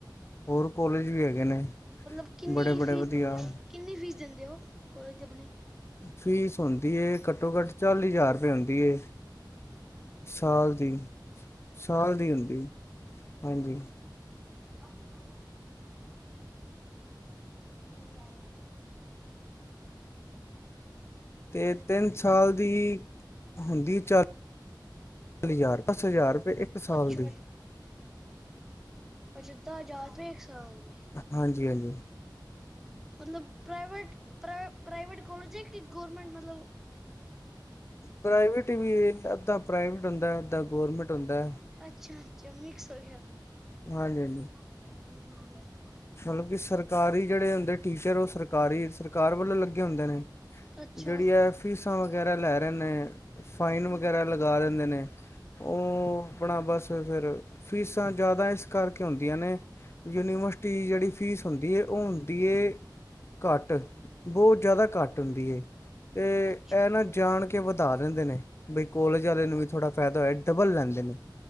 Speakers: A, on the left; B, in the centre.
A: ਹੋਰ ਕੋਲਜ ਵੀ ਹੇਗੇ ਨੇ,
B: ਮਤਲਬ ਕਿੰਨੀ
A: ਬੜੇ-ਬੜੇ
B: ਫੀਸ
A: ਵਧੀਆ।
B: ਦਿੰਦੇ ਹੋ ਕਿੰਨੀ ਫੀਸ ਦਿੰਦੇ ਓ, ਕੋਲੇਜ ਦੀ ਅਪਣੀ?
A: ਫੀਸ ਹੁੰਦੀ ਏ, ਘੱਟੋ-ਘੱਟ ਚਾਲੀ ਹਜ਼ਾਰ ਰੁਪਏ ਹੁੰਦੀ ਏ। ਸਾਲ ਦੀ, ਸਾਲ ਦੀ ਹੁੰਦੀ। ਹਾਂਜੀ।
B: ਆਪ ਯਹਾਂ ਕੈਸੈ? <unintelligible> ਹੂੰ।
A: ਤੇ ਤਿੰਨ ਸਾਲ ਦੀ, ਹੁੰਦੀ ਏ ਚਾਲ ਲੀ ਹਜ਼ਾਰ, ਦੱਸ-ਹਜ਼ਾਰ ਰੁਪਏ ਇੱਕ ਸਾਲ
B: ਅੱਛਾ
A: ਦੀ।
B: ਪੱਚਾਦਾ ਹਜ਼ਾਰ ਰੁਪਏ, ਇੱਕ ਸਾਲ ਦੀ?
A: ਹਾਂਜੀ-ਹਾਂਜੀ।
B: ਮਤਲਬ ਪ੍ਰਾਈਵੇਟ ਪ੍ਰਾਈਵੇਟ ਕੋਲਜ ਹੈ ਕਿ ਗੌਰਮੈਂਟ ਮਤਲਬ
A: ਪ੍ਰਾਈਵੇਟ ਵੀ ਅੱਧਾ ਪ੍ਰਾਈਵੇਟ ਹੁੰਦਾ ਅੱਧਾ ਗੌਰਮੈਂਟ ਹੁੰਦਾ
B: ਅੱਛਾ ਅੱਛਾ ਮਿਕਸ ਹੋ ਗਿਆ
A: ਹਾਂਜੀ ਹਾਂਜੀ
B: <unintelligible>
A: ਮਤਲਬ ਕਿ ਸਰਕਾਰੀ ਜਿਹੜੇ ਹੁੰਦੇ ਟੀਚਰ ਉਹ ਸਰਕਾਰੀ ਸਰਕਾਰ ਵੱਲੋਂ ਲੱਗੇ ਹੁੰਦੇ ਨੇ
B: ਅੱਛਾ
A: ਜਿਹੜੀ ਹੈ ਫੀਸਾਂ ਵਗੈਰਾ ਲੈ ਰਹੇ ਨੇ ਫਾਈਨ ਵਗੈਰਾ
B: ਹਮ
A: ਲਗਾ ਲਿੰਦੇ ਨੇ ਉਹ ਆਪਣਾ ਬਸ ਫਿਰ ਫੀਸਾਂ ਜ਼ਿਆਦਾ ਇਸ ਕਰਕੇ ਹੁੰਦੀਆਂ ਨੇ ਯੂਨੀਵਰਸਿ ਜਿਹੜੀ ਫੀਸ ਹੁੰਦੀ ਹੈ ਉਹ ਹੁੰਦੀ ਹੈ। ਘੱਟ ਬਹੁਤ ਜ਼ਿਆਦਾ ਘੱਟ ਹੁੰਦੀ ਹੈ ਤੇ
B: ਅੱਛਾ
A: ਇਹ
B: ਹਾਂ
A: ਨਾ ਜਾ ਜਾਣ ਕੇ ਵਧਾ ਦਿੰਦੇ ਨੇ ਬਈ ਕੋਲਜ ਵਾਲੇ ਨੂੰ ਵੀ ਥੋੜਾ ਫ਼ਾਇਦਾ ਹੋਇਆ ਡਬਲ ਲੈਂਦੇ ਨੇ